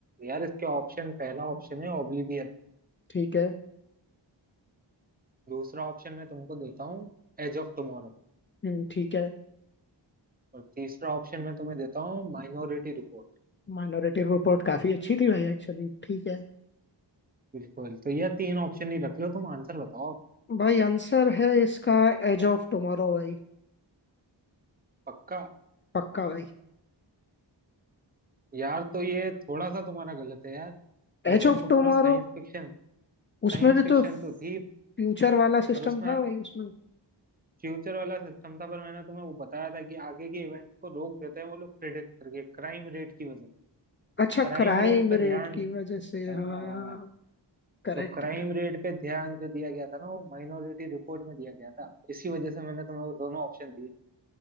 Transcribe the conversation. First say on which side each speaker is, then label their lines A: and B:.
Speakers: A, on the right; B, on the left.
A: यार इसके ऑप्शन पहला ऑप्शन है ओब्लिवियन
B: ठीक है
A: दूसरा ऑप्शन मैं तुमको देता हूँ एज ऑफ टुमारो
B: हम्म, ठीक है
A: और तीसरा ऑप्शन मैं तुम्हें देता हूँ माइनॉरिटी रिपोर्ट
B: माइनॉरिटी रिपोर्ट काफी अच्छी थी भाई एक्चुअली ठीक है
A: बिल्कुल तो ये तीन ऑप्शन ही रख लो तुम आंसर बताओ
B: भाई आंसर है इसका एज ऑफ टुमारो भाई
A: पक्का
B: पक्का भाई
A: यार तो ये थोड़ा सा तुम्हारा गलत है यार Edge
B: एज
A: of
B: ऑफ
A: tomorrow
B: टुमारो
A: साइंस फिक्शन Science
B: उसमें भी
A: fiction
B: तो
A: तो थी
B: फ्यूचर वाला सिस्टम
A: पर उसमें
B: था भाई उसमें
A: फ्यूचर वाला सिस्टम था पर मैंने तुम्हें वो बताया था कि आगे के इवेंट्स को रोक देते हैं वो लोग प्रिडिक्ट करके क्राइम रेट की वजह
B: अच्छा
A: क्राइम
B: क्राइम
A: रेट पे ध्यान
B: रेट की वजह से
A: अ,
B: हाँ करेक्ट
A: तो क्राइम
B: कर
A: रेट पे ध्यान जो दिया गया था ना वो माइनॉरिटी रिपोर्ट में दिया गया था इसी वजह से मैंने तुम्हें वो दोनों ऑप्शन दिए